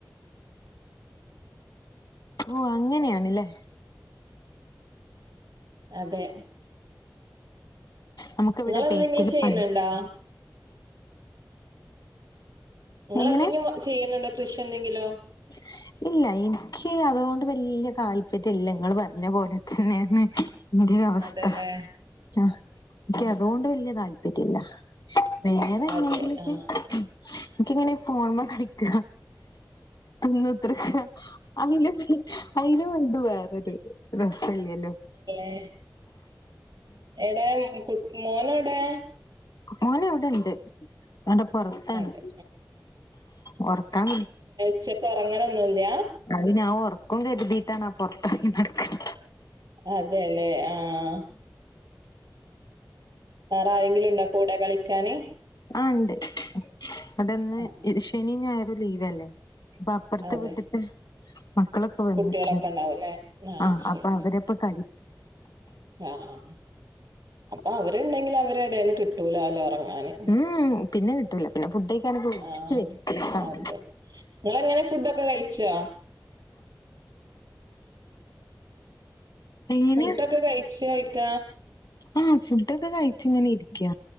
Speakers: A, on the left; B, on the right.
A: ഓ അങ്ങനെയാണ്ല്ലേ?
B: അതെ.
A: നമുക്കിവിടെ
B: നിങ്ങളെന്തെങ്കിലും
A: ബെകിലു
B: ചെയ്യണണ്ടോ
A: പണി
B: ഇങ്ങ
A: എങ്ങനെ
B: ള് എന്തെങ്കിലും ചെയ്യുന്നുണ്ടോ കൃഷി എന്തെങ്കിലും?
A: <unintelligible> ഇല്ല എനിക്ക് അതുകൊണ്ട് വല്യ താല്പര്യ ഇല്ല ങ്ങ ള് പറഞ്ഞ പോലെ തന്നെയാണ്. അതേ അവസ്ഥ
B: അതെല്ലേ
A: ആഹ് എനിക്ക് അതുകൊണ്ട് വല്യ താല്പര്യ ഇല്ല. വേറെ
B: അതെ
A: എന്തെങ്കിലൊക്കെ
B: ആഹ്
A: എനിക്കിങ്ങനെ ഫോൺ മെ കളിക്ക. അന്ന <unintelligible> വേറൊരു പ്രേശ്നല്ലല്ലോ
B: ഏ എടേ കു മോനെവ്ടേ?
A: മഓനവിടെണ്ട് അവിടെ പൊറത്താണ്
B: അതെ
A: ഉറക്കാൻ
B: ഉച്ചക്കെ ഉറങ്ങനൊന്നുല്ല
A: അത് ഞാൻ ഉറക്കും കരുതിയിട്ടാണ് ആ പുൊറത്തറങ്ങി നടക്കണേ
B: അതെല്ലേ ആഹ് വേറെ ആരെങ്കിലും ഉണ്ട കൂടെ കളിക്കാന്
A: ആഹ് ണ്ട് അവിടെന്ന്
B: ആഹ്
A: ശനി ഞായറും ലീവലേ പ്പ അപ്പറത്തെ
B: അതെ
A: വീട്ടത്തെ മക്കളൊക്കെ വന്നിട്ടുണ്ട്
B: കുട്ടികളൊക്കെ ഉണ്ടാവുംല്ലേ
A: ആഹ്
B: ശരി
A: അപ്പൊ അവരപ്പൊ കള
B: ആഹ് അപ്പൊ അവരുണ്ടെങ്കി അവരെടെന്ന് കിട്ടൂലോ അല്ല ഉറങ്ങാന്
A: ഉം പിന്നെ കിട്ടൂല പിന്നെ ഫുഡ് കഴിക്കാനൊക്കെ വിളിച്ച്
B: ആഹ്
A: വരുത്തിയേക്കാണ്
B: അതെ ങ്ങെളെങ്ങനെ ഫുഡൊക്കെ കഴിച്ചോ
A: എങ്ങനെയാ
B: ഫുഡൊക്കെ കഴിച്ച ഴിക്ക
A: ആഹ് ഫുഡൊക്കെ കഴിച്ച ഇങ്ങനെ ഇരിക്ക